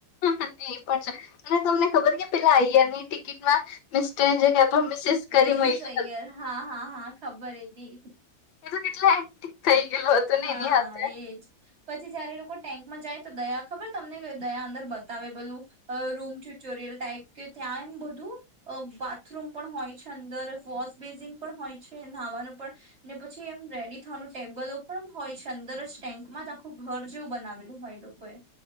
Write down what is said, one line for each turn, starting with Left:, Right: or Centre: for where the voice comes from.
Left: એ પણ છે. અને તમને ખબર? કે પેલા અયર ની ટિકિટમાં ત્યાં જગ્યા મિસેસ કરી
Right: મિસિસ
Left: હોય.
Right: અય્યર હા હા હા ખબર એ બી
Left: એ તો કેટલા એ થઈ ગયલો હતો ને,
Right: હા
Left: એની સાથે
Right: એજ પછી જયારે લોકો ટેન્કમાં જાય, તો દયા ખબર? તમને દયા અંદર બહાર કરે. તમે બધું રૂમ ટ્યુટોરિયલ ટાઈપ કે ત્યાં બધું બાથરૂમ પણ હોય છે. અંદર વોશબેસિન પણ હોય છે, નહાવાનું પણ ને પછી એમ રેડી થવાનું. ટેબલો પણ હોય છે. અંદર જ ટેન્કમાં જ આખું ઘર જેવું બનાવેલું હોય, લોકોએ